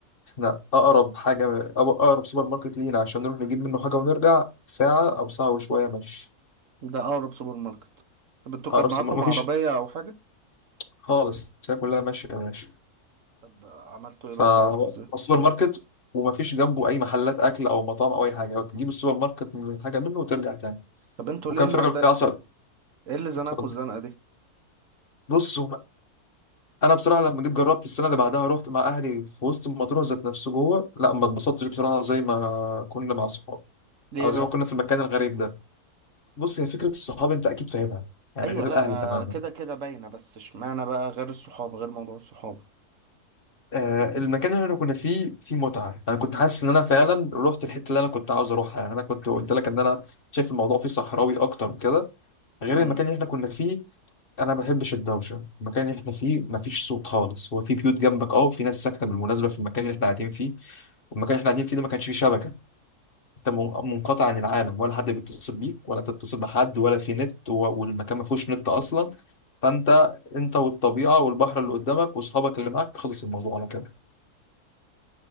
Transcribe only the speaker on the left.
احنا أقرب حاجة أقرب أقرب سوبر ماركت لينا عشان نروح نجيب منه حاجة ونرجع ساعة أو ساعة وشوية مشي
أقرب
سوبر مفيش
خالص الساعة كلها ماشية ماشي
فالسوبر
ماركت ومفيش جنبه أي محلات أكل أو مطاعم أو أي حاجة تجيب السوبر ماركت من حاجة منه وترجع تاني
وكان
في راجل
بتاع عسل
اتفضل
بص انا بصراحه لما جيت جربت السنه اللي بعدها رحت مع اهلي في وسط مطروح ذات نفسه جوه لا ما اتبسطتش بصراحه زي ما كنا مع صحابي
او
زي ما كنا في المكان الغريب ده بص هي فكره الصحاب انت اكيد فاهمها يعني
غير
الاهل تماما
آه المكان اللي احنا كنا فيه فيه متعه انا كنت حاسس ان انا فعلا رحت الحته اللي انا كنت عاوز اروحها يعني انا كنت قلت لك ان انا شايف الموضوع فيه صحراوي اكتر وكده غير
المكان اللي احنا كنا فيه انا ما بحبش الدوشه المكان اللي احنا فيه ما فيش صوت خالص هو في بيوت جنبك اه وفي ناس ساكنه بالمناسبه في المكان اللي احنا قاعدين فيه والمكان اللي احنا قاعدين فيه ده ما كانش فيه شبكه انت من- منقطع عن العالم ولا حد بيتصل بيك ولا تتصل بحد ولا في نت و- والمكان ما فيهوش نت اصلا فانت انت والطبيعه والبحر اللي قدامك واصحابك اللي معاك خلص الموضوع على كده